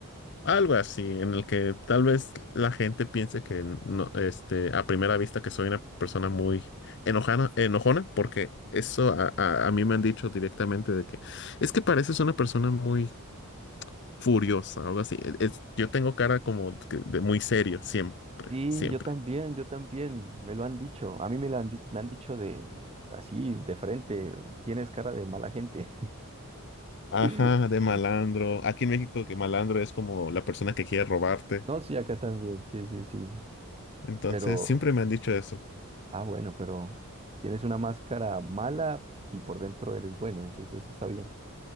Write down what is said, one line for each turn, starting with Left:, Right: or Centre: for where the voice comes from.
Left: Algo así, en el que tal vez la gente piense que no, este, a primera vista que soy una persona muy enojana, enojona, porque eso a, a- a mí me han dicho directamente de que es que pareces una persona muy furiosa, algo así. E- es- yo tengo cara como que de muy serio, siempre,
Right: Sí,
Left: siempre.
Right: yo también, yo también, me lo han dicho, a mí me lo han, di- me han dicho de así, de frente, tienes cara de mala gente.
Left: Ajá,
Right: <laughs>
Left: de malandro. Aquí en México que malandro es como la persona que quiere robarte.
Right: No, sí, acá también, sí, sí, sí,
Left: Entonces
Right: pero,
Left: siempre me han dicho eso.
Right: ah, bueno, pero tienes una máscara mala y por dentro eres bueno, entonces está bien.